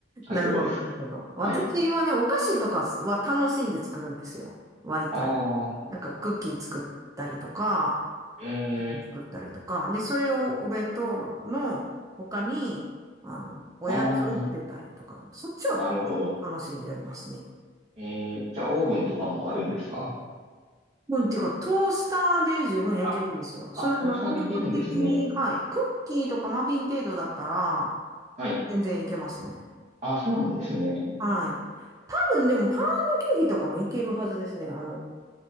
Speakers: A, on the right; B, on the right.
A: 作業です。
B: なるほど、なるほど。私はね、
A: はい。
B: お菓子とかは楽しんで作るんですよ。割と。
A: ああ、
B: なんかクッキー作ったりとか、
A: えー、
B: 作ったりとか。で、それをお弁当の他に、あの、おやつを持ってたりとか、
A: ああ、
B: そっちは
A: なるほど。
B: 楽しんでやりますね。
A: えー、じゃあ、オーブンとかもあるんですか
B: うん、っていうか、トースターで十分焼けるんですよ。
A: あ、
B: その、
A: あ、
B: あの、
A: トースターできるんですね。
B: 本格的、はい。クッキーとかマフィン程度だったら、
A: はい。
B: 全然いけますね。
A: あ、そうなんですね。
B: はい。多分、でも、パウンドケーキとかもいけるはずですね。あの、